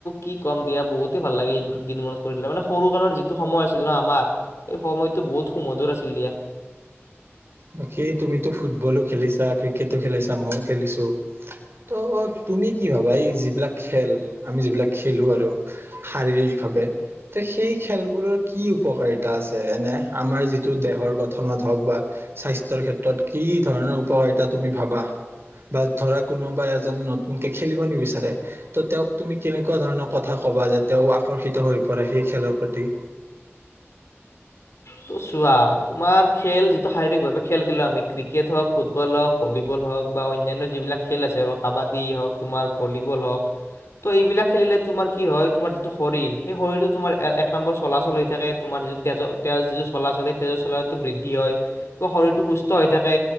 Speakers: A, on the left; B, on the right.
A: কি ক'ম দিয়া বহুতেই ভাল লাগে সেইবোৰ দিন মনত কৰিলে, মানে সৰু কালৰ যিটো সময় আছিল ন আমাৰ এই সময়টো বহুত সুমধুৰ আছিল দিয়া।
B: বাকী তুমিতো ফুটবলো খেলিছা, ক্ৰিকেটো খেলিছা, ময়ো খেলিছো। ত অত তুমি কি ভাবা এই যিবিলাক খেল আমি যিবিলাক খেলো আৰু। শাৰীৰিকভাৱে তে সেই খেলবোৰৰ কি উপকাৰিতা আছে এনে আমাৰ যিটো দেহৰ গঠনত হওক বা স্বাস্থ্যৰ ক্ষেত্ৰত কি ধৰণৰ উপকাৰিতা তুমি ভাবা। বা ধৰা কোনোবা এজন নতুনকে খেলিব নিবিচাৰে। ত তেওঁক তুমি কেনেকুৱা ধৰণৰ কথা কবা যে তেওঁ আকৰ্ষিত হৈ পৰে সেই খেলৰ প্ৰতি?
A: ত চোৱা তোমাৰ খেল যিটো শাৰীৰিকভাৱে খেল খেলো আমি ক্ৰিকেট হওঁক ফুটবল হওঁক ভলীবল হওক বা অন্যান্য যিবিলাক খেল আছে আৰু কাবাডী হওঁক তোমাৰ ভলীবল হওঁক ত এইবিলাক খেলিলে তোমাৰ কি হয় তোমাৰ যিটো শৰীৰ সেই শৰীৰটো তোমাৰ এক নম্বৰ চলাচল হৈ থাকে। তোমাৰ যিটো তেজৰ তেজ যিটো চলাচল সে তেজৰ চলাটো বৃদ্ধি হয়। ত শৰীৰটো সুস্থ হৈ থাকে